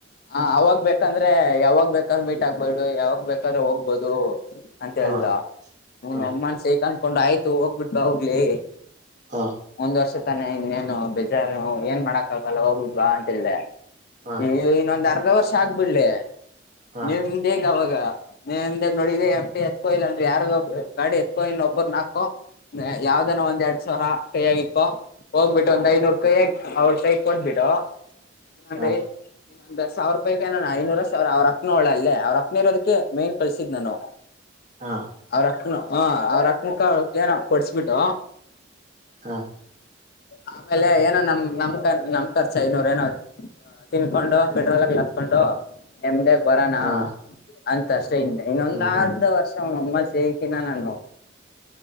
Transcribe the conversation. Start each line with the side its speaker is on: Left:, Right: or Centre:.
Left: ಹ ಅವಾಗ್ ಬೇಕಂದ್ರೆ ಯಾವಾಗ್ ಬೇಕಾದ್ರೆ ಮೀಟ್ ಆಗ್ಬೋದು ಯಾವಾಗ ಬೇಕಾದ್ರೆ ಹೋಗ್ಬೋದು. ಅಂತ
Right: ಹಾ
Left: ಹೇಳಲ್ಲಾ
Right: ಹಾ
Left: ಹ <unintelligible> ಅಂದಕೊಂಡ್ ಆಯ್ತು ಹೋಗ್ಬಿಟ್ಬ ಹೋಗ್ಲಿ.
Right: ಹ್ಹಾ.
Left: ಒಂದ್ ವರ್ಷ ತಾನೆ ಇನ್ನೇನು ಬೇಜಾರು ಏನ್ ಮಾಡಕ್ ಆಗಲ್ಲ ಹೋಗಿಬಿಟ್ಟು ಬಾ ಅಂತ್ ಹೇಳ್ದೆ.
Right: ಹಾ
Left: ನೀವು ಇನ್ನೊಂದ್ ಅರ್ಧ ವರ್ಷ ಆಗ್ಬಿಡ್ಲಿ
Right: ಹಾ
Left: ನಿಮ್ದು ಏನ್. ಅವಾಗ ನೀಂದಾಗ ನೋಡ ಎಂಟಿ ಎತ್ಕೋಯಿಲ್ಲ ಯಾರ್ದೋ ಒಬ್ ಗಾಡಿ ಎತ್ಕೋಯನ್ ಒಬ್ರು ನಾಕೋ. ಯಾವ್ದನ ಒಂದ್ ಎರಡ್ ಸಾವಿರ. ಕೈಯಗಿಪ್ಪ ಹೋಗ್ಬಿಟ್ಟು ಒಂದ್ ಐನೂರು ಕೈ ಆಗ ಅವ್ರ ಕೈ ಕೊಟ್ಬಿಡೂ. <unintelligible>
Right: ಹಾ
Left: ಇನ್ನೊಂದ ಸಾವಿರ ರೂಪಾಯಾನ ಐನೂರ ಸಾವಿರ ಅವ್ರ ಅಕ್ಕನ ಒಳ್ಳ ಅ ಅವ್ರ ಅಕ್ಕನ ಇರೋದಕ್ಕೆ ಮೇನ್ ಕಳಸಿದ್ ನಾನು
Right: ಹಾ
Left: ಅವ್ರ ಅಕ್ಕನ ಹ ಅವ್ರ ಅಕ್ಕನಕ್ಕ ಏನ ಕೊಡ್ಸಬಿಟ್ಟು.
Right: ಹಾ
Left: ಆಮೇಲೆ ಏನೋ ನಮ್ ನಮ್ ನಮ್ ಖರ್ಚ ಐನೂರ ಏನೋ ಅಯ್ ತಿನ್ಕೊಂಡು ಪೆಟ್ರೋಲ ಎಲ್ಲಾ ಹಾಸ್ಕೊಂಡು ಎಮ್ದ ಬರೋಣ
Right: ಹಾ
Left: ಅಂತ ಅಷ್ಟೇ ಇನೇನ ಇನ್ನೊಂದ್
Right: ಹ್ಮ್
Left: ಅರ್ಧ
Right: ಹ್ಮ್
Left: ವರ್ಷ <unintelligible> ತುಂಬಾ ಶಕಿನ ನಾನು.